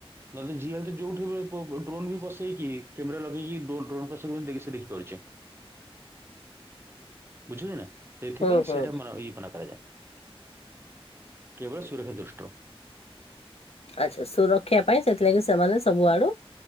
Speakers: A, on the right (about 25°); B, on the left (about 80°).
A: ନହେଲେ ି ହେ ଯୋଉଠି ଡ୍ରୋନ ବି ବସେଇକି କ୍ୟେ ଲେଇକିଡ ଡୋ ଖି ଦେଖି କରୁେ <unintelligible> ବୁଝିଲେ ନା ସେଥିପାଇଁ
B: ହୁଁ ହୁଁ
A: ସେଇଟା ମ ଇଏପନା କରାଯାଏ। କେବଳ ସୁରକ୍ଷା ଦୁଷ୍ଟି ରୁ
B: ଆଚଛା ସୁରକ୍ଷା ପାଇଁ ସେଥିଲାଗି ସେମାନେ ସବୁଆଡୁ